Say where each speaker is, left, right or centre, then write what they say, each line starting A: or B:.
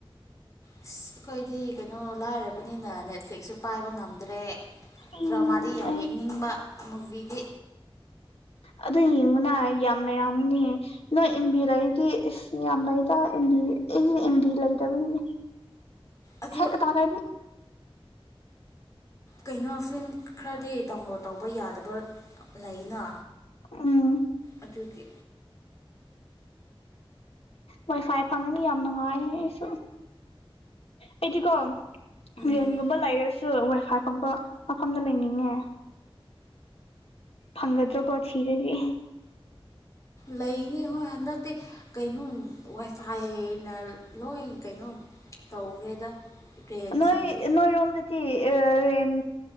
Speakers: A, on the left; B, on the left.
A: ꯑꯁ ꯑꯩꯈꯣꯏꯗꯤ ꯀꯩꯅꯣ ꯂꯥꯏꯔꯕꯅꯤꯅ ꯅꯦꯠꯐ꯭ꯂꯤꯛꯁꯁꯨ ꯄꯥꯏꯕ ꯉꯝꯗ꯭ꯔꯦ
B: ꯎꯝ
A: ꯗ꯭ꯔꯃꯥꯗꯤ ꯌꯥꯝ
B: ꯑꯩ
A: ꯌꯦꯡꯅꯤꯡꯕ ꯃꯨꯚꯤꯗꯤ
B: ꯑꯗꯨ ꯌꯦꯡꯉꯨꯅ ꯌꯥꯝꯅ ꯌꯥꯝꯒꯅꯤ ꯅꯣꯏ ꯑꯦꯝꯕꯤꯔꯗꯤ ꯏꯁ ꯌꯥꯝ ꯂꯩꯗ ꯑꯦꯝꯕꯤ ꯑꯩꯁ ꯑꯦꯝꯕꯤ ꯂꯩꯇꯕꯒꯤꯅꯤ
A: ꯑꯗꯨ
B: ꯍꯦꯛꯇ ꯇꯧꯔꯅꯤ
A: ꯀꯩꯅꯣ ꯐꯤꯂꯝ ꯈꯔꯗꯤ ꯗꯥꯎꯟꯂꯣꯠ ꯇꯧꯕ ꯌꯥꯗꯕ ꯂꯩꯅ
B: ꯎꯝ
A: ꯑꯗꯨꯒꯤ
B: ꯋꯥꯏ ꯐꯥꯏ ꯐꯪꯉꯅꯤ ꯌꯥꯝ ꯅꯨꯡꯉꯥꯏꯅꯤ ꯑꯩꯁꯨ ꯑꯩꯗꯤꯀꯣ ꯚꯦꯟꯒꯨꯝꯕ
A: ꯎꯝ
B: ꯂꯩꯔꯁꯨ ꯋꯥꯏꯐꯥꯏ ꯐꯪꯕ ꯃꯐꯝꯗ ꯂꯩꯅꯤꯡꯉꯦ ꯐꯪꯒꯗ꯭ꯔꯣ ꯀꯣ ꯊꯤꯔꯗꯤ
A: ꯂꯩꯅꯤ ꯍꯣꯏ ꯍꯟꯗꯛꯗꯤ ꯀꯩꯅꯣ ꯋꯥꯏꯐꯥꯏꯅ ꯂꯣꯏ ꯀꯩꯅꯣ ꯇꯧꯈ꯭ꯔꯦꯗ ꯔꯦꯟꯁꯤꯡꯁꯨ
B: ꯅꯣꯏ ꯅꯣꯏꯔꯣꯝꯗꯗꯤ ꯔꯦꯟ